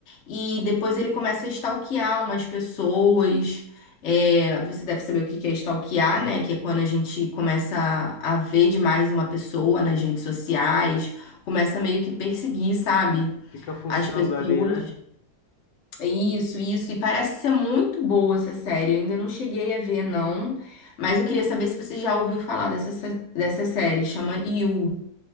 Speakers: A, on the left (about 50°); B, on the left (about 75°).
A: e depois ele começa a stalkear umas pessoas. É, você deve saber o que que é stalkear, né? Que é quando a gente começa a a ver demais uma pessoa nas redes sociais, começa meio que perseguir, sabe?
B: Fica fuçando
A: As pessoas.
B: ali, né?
A: Isso, isso. E parece ser muito boa essa série. Eu ainda não cheguei a ver, não. Mas eu queria saber se você já ouviu falar dessa, sé- dessa série. Chama You,